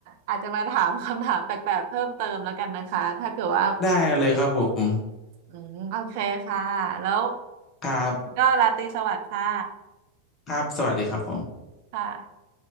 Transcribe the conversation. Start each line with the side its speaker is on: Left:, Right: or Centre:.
Right: อาจจะมาถามคำถามแปลกๆเพิ่มเติมแล้วกันนะคะถ้าเกิดว่า
Left: ได้เลยครับผม
Right: อืมโอเคค่ะแล้ว
Left: ครับ
Right: ก็ราตรีสวัสดิ์ค่ะ
Left: ครับสวัสดีครับผม
Right: ค่ะ